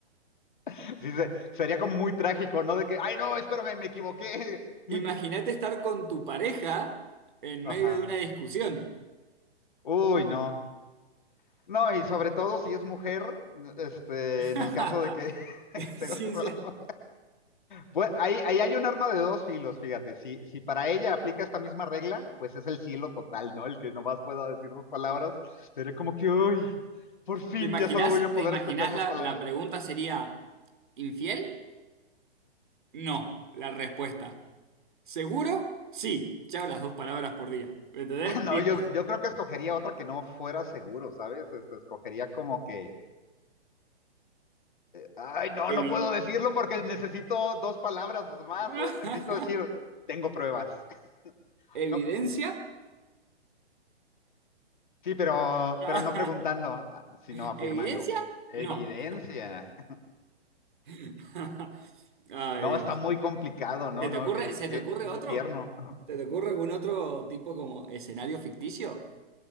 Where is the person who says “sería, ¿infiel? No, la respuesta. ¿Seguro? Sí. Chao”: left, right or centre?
Right